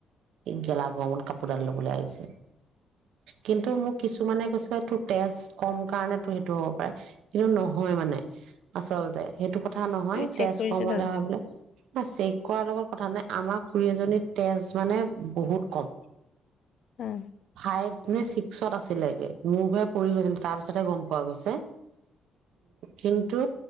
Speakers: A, on the right; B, on the left.
A: এই গেলা গৰমত কাপোৰডাল ল'বলৈ আহিছে। কিন্তু মোক কিছুমানে কৈছিলে তোৰ তেজ কম কাৰণে সেইটো হ'ব পাৰে কিন্তু নহয় মানে আচলতে সেইটো কথা কথা নহয়
B: তুমি চেক
A: তেজ
B: কৰিছিলা
A: কম হলে হয় বিলাক ন চেক কৰাৰ লগত কথা নাই আমাৰ খুৰী এজনী তেজ মানে বহুত কম
B: হম
A: তাই মানে শিছত আছিলে মূৰ ঘূৰাই পৰি গৈছিল তাৰপিছত গোম পোৱা গৈছে। কিন্তু